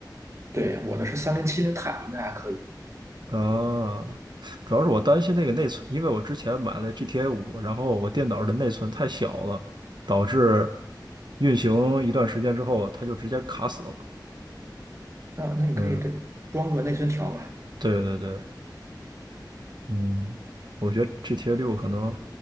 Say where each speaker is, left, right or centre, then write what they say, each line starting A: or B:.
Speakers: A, on the right; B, on the right.
A: 对，我的是三零七零钛，应该还可以。
B: 啊，主要是我担心那个内存，因为我之前买了 GTA 五，然后我电脑的内存太小了，导致运行一段时间之后，它就直接卡死了。
A: 啊，那你可以这装个内存条吧？
B: 嗯，对对对，嗯，我觉得 GTA 六可能